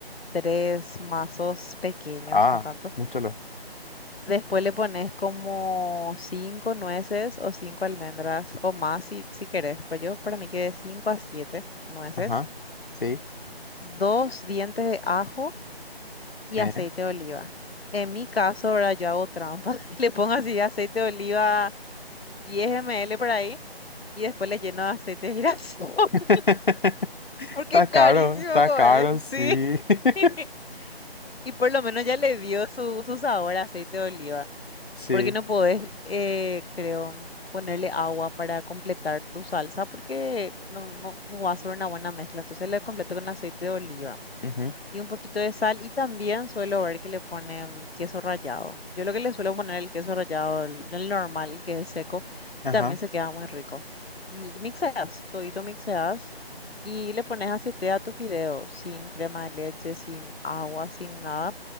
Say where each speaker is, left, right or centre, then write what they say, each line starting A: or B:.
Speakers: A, on the left; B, on the left.
A: tres mazos pequeños,
B: Ah,
A: no tanto
B: mucho lo.
A: Después le pones como cinco nueces o cinco almendras o más si, si querés. Pues yo para mí que de cinco a siete nueces,
B: Ajá, sí.
A: dos dientes de ajo y
B: eh.
A: aceite de oliva. En mi caso, ahora yo hago trampa. <laughs> Le pongo así aceite de oliva 10 ml por ahí y después le lleno de aceite de girasol <laughs>
B: <laughs>
A: porque
B: Está caro,
A: carísimo,
B: está
A: coe.
B: caro, sí.
A: Sí.
B: <laughs>
A: <laughs> Y por lo menos ya le dio su, su sabor a aceite de oliva.
B: Sí.
A: porque no podés, eh, creo, ponerle agua para completar tu salsa porque no, no, no va a ser una buena mezcla. Entonces le completo con aceite de oliva
B: ujú,
A: y un poquito de sal y también suelo ver que le ponen queso rallado. Yo lo que le suelo poner el queso rallado, el, el normal, el que es seco,
B: Ajá.
A: también se queda muy rico. Y mixeas, todito mixeas. Y le pones aceite a tu fideo, sin crema de leche, sin agua, sin nada